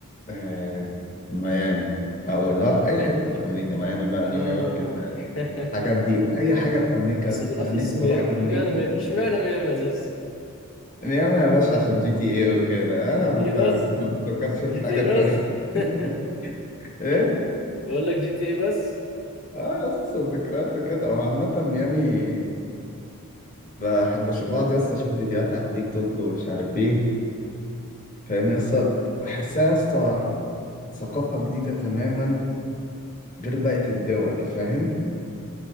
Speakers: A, on the left (about 35°); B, on the left (about 65°).
A: آه، ميامي او لا اي حته في امريكا ميامي بقى
B: آه.
A: نيويورك
B: <laughs>
A: الحاجات دي اي حاجه في امريكا
B: بس بالاخص
A: انا نفسي
B: ميامي
A: اروح امريكا
B: اشمعنى مي- اشمعنى ميامي يا زوز
A: ميامي يا باشا عشان جي تي اي وكده
B: جي
A: اه ما
B: تي
A: ت-
B: اي بس
A: ما تفكرش في
B: جي
A: حاجه
B: تي اي
A: تانية
B: بس <laughs>
A: <laughs> ايه
B: بقول لك جي تي اي بس
A: اه يس ذكريات وكده هو عامه ميامي بحب اشوف بقعد يس اشوف فيديوهات على التيك توك ومش عارف ايه فاهم يس بحسها يس ثقافه جديده تماما غير بقيه الدول فاهم